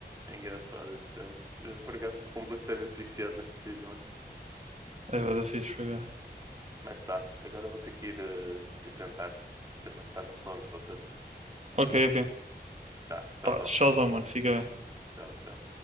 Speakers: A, on the right; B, on the right.
A: É engraçado esses jogos. Eh, Por acaso sou completamente viciado nestes vídeos, mano.
B: É, vai dar fixe, por
A: Mas tá, agora vou ter que ir, eh, ir jantar. Depois mais tarde nós falamos, pode ser?
B: Ok, ok.
A: Tá, tchauzão.
B: Pá, tchauzão, mano, fica bem.
A: Tchau, tchau.